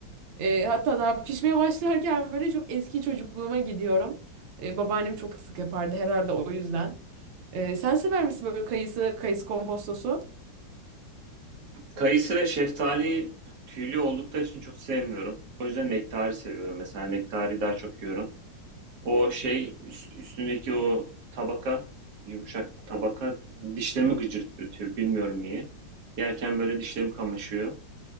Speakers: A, on the right; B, on the right.
A: e, hatta daha pişmeye başlarken böyle çok eski çocukluğuma gidiyorum. E, babaannem çok sık yapardı herhalde o yüzden. E, sen sever misin böyle kayısı, kayısı kompostosu?
B: Kayısı ve şeftali tüylü oldukları için çok sevmiyorum. O yüzden nektari seviyorum. Mesela nektari daha çok yiyorum. O şey üst- üstündeki o tabaka yumuşak tabaka dişlerimi gıcırdatıyor. Bilmiyorum niye. Yerken böyle dişlerim kamaşıyor.